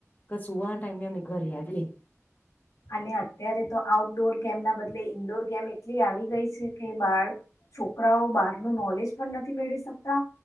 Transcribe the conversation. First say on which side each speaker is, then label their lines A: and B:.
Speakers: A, on the left; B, on the left.
A: કે સુવાના ટાઈમે અમે ઘરે આવીએ.
B: અને અત્યારે તો આઉટડોર ગેમ ના બદલે ઈન્ડોર ગેમ એટલી આવી ગઈ છે કે બાળ છોકરાઓ બહાર ન નોલેજ પણ નથી મેળવી શકતા